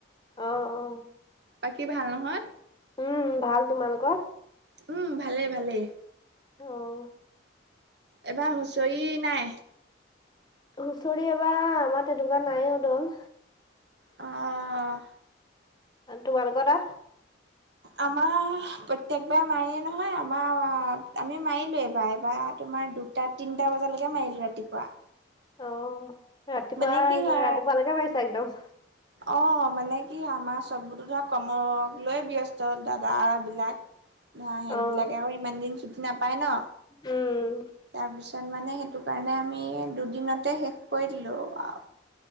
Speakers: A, on the left (about 20°); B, on the right (about 60°).
A: অ অ
B: বাকী ভাল নহয়
A: উম উম ভাল তোমালোকৰ
B: উম ভালে ভালেই
A: অ',
B: এবাৰ হুঁচৰি নাই
A: হুঁচৰি এবাৰ আমাৰ তেনেকুৱা নাই অ দল
B: অহ
A: তোমালোকৰ তাত
B: আমাৰ প্ৰত্যেকবাৰে মাৰেই নহয় আমাৰ আমি মাৰিলো এবাৰ এবাৰ তোমাৰ দু তাত তিনটা বজালৈকে মাৰিলো ৰাতিপুৱা
A: অ ৰাতিপুৱা
B: মানে কি
A: ৰাতিপুৱালৈকে
B: হয়
A: মাৰিছা একদম
B: অ মানে কি হয় আমাৰ চববো ধৰ কৰ্মক লৈ ব্যস্ত দাদা বিলাক দাহঁত
A: অ'।
B: বিলাকে আৰু ইমান দিন চুটি নাপায় ন
A: উম,
B: তাৰপিছত মানে সেইটো কাৰণে আমি দুদিনতে শেষ কৰি দিলো আও